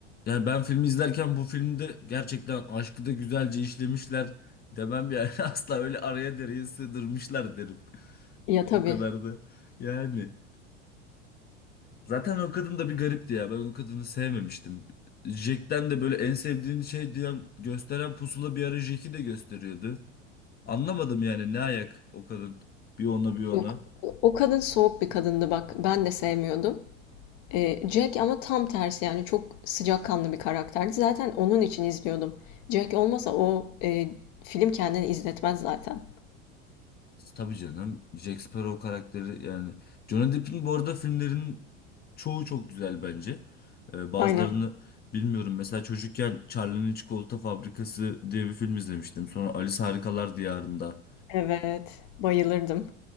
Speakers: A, on the left (about 25°); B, on the left (about 55°).
A: Yani ben filmi izlerken bu filmde gerçekten aşkı da güzelce işlemişler demem yani. <laughs> Asla öyle araya dereye sığdırmışlar derim.
B: Ya
A: O
B: tabii.
A: kadar da yani. Zaten o kadın da bir garipti ya. Ben o kadını sevmemiştim. Jack'ten de böyle en sevdiğin şey diyen gösteren pusula bir ara Jack'i de gösteriyordu. Anlamadım yani ne ayak o kadın bir ona bir ona.
B: Yok. O o kadın soğuk bir kadındı bak. Ben de sevmiyordum. Eee, Jack ama tam tersi yani çok sıcakkanlı bir karakterdi. Zaten onun için izliyordum. Jack olmasa o eee, film kendini izletmez zaten.
A: Tabii canım Jack Sparrow karakteri yani Johnny Depp'in bu arada filmlerin çoğu çok güzel bence. Ee, bazılarını
B: Aynen.
A: bilmiyorum. Mesela çocukken Charlie'nin Çikolata Fabrikası diye bir film izlemiştim. Sonra Alice Harikalar Diyarında
B: Evet. Bayılırdım.